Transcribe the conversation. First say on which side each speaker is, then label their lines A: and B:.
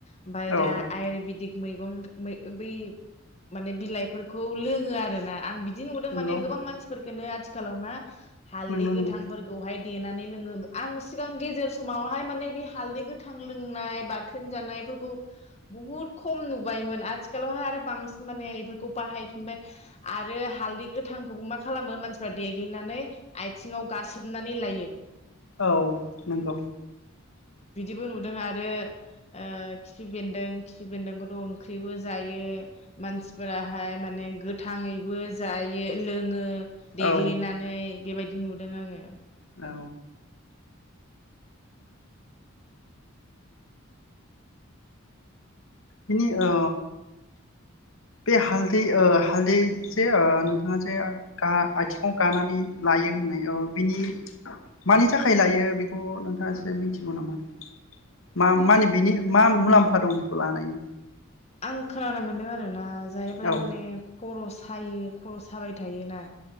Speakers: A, on the left; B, on the left.
A: ओमफ्राय
B: औ
A: दा आयुरवेदिक मैगं मै बै माने बिलाइफोरखौ लोङो आरोना आं बि दि नुदों
B: नंगौ
A: माने गोबां मानसिफोरखोनो आथि खालाव मा हालदै
B: नंगौ नंगौ
A: गोथांफोरखौहाय देनानै लोङो आं सिगां गेजेर समावहाय माने बे हालैखौ गोथां लों नाय बाथोन जानायफोरखौ बहुद खम नुबायमोन। आथिखालावहाय आरो बांसिन माने बेफोरखौ बाहायफिनबाय आरो हालदै गोथांखौबो मा खालामो मानसिफ्रा देग्लिनानै आथिङाव गासोमनानै लायो।
B: औ नंगौ।
A: बिदिबो नुदों आरो ओ खिफि बेन्दों खिफि बेन्दोंखौथ' ओंख्रिबो जायो मानसिफोराहाय माने गोथाङैबो जायो लोङो
B: औ
A: देग्लिनानै बेबायदि नुदों आङो।
B: औ। बिनि औ बे हालदै ओ हालदै जे ओ नोंथाङाजे गा आथिङाव गानानै लायो होननाय बिनि मानि थाखाय लायो बेखौ नोंथाङा एसे मिथिगौ नामा? मा
A: माने
B: मानि बिनि मा मुलाम्फा दं लानायनि?
A: आं खोनानो मोन्दों आरो दा जाहैफोरा
B: औ
A: माने खर' सायो, खर' साबाय थायोना,